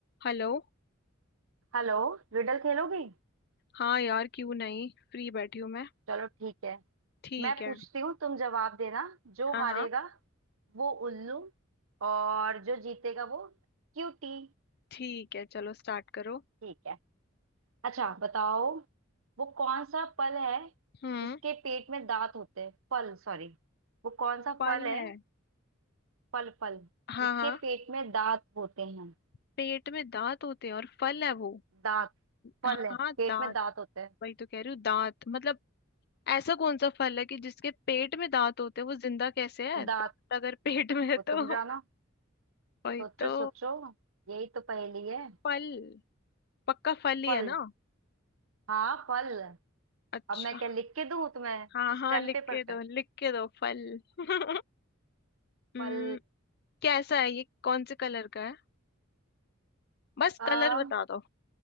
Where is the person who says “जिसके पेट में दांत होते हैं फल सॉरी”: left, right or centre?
Right